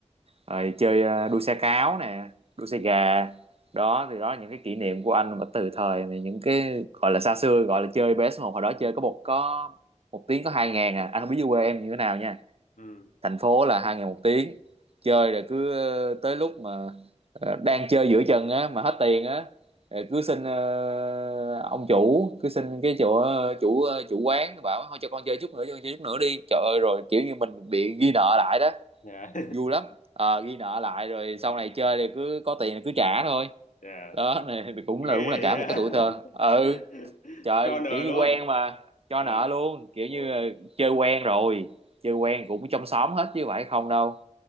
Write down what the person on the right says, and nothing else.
rồi chơi à, đua xe cáo nè đua xe
gà đó thì đó là những cái kỷ niệm của anh mà từ thời mà những cái gọi là xa xưa gọi là chơi PS một hồi đó chơi có một có một tiếng có hai ngàn à anh không biết dưới quê em như thế nào nha
thành phố là hai ngày một tiếng chơi rồi cứ ờ, tới lúc mà ờ, đang chơi giữa chừng á mà hết tiền á rồi cứ xin ờ, ông chủ cứ xin cái chỗ ờ, chủ ờ, chủ quán bảo thôi cho con chơi chút nữa cho con chơi chút nữa đi trời ơi rồi kiểu như mình bị ghi nợ lại đó
vui lắm Ờ, ghi nợ lại rồi
sau này chơi thì cứ có tiền thì cứ trả thôi
đó <laughs> này thì cũng
là đúng là cả
một cái tuổi thơ ừ
trời
kiểu như
quen mà cho
nợ luôn kiểu
như ờ, chơi quen rồi chơi quen cũng trong xóm hết chứ phải không đâu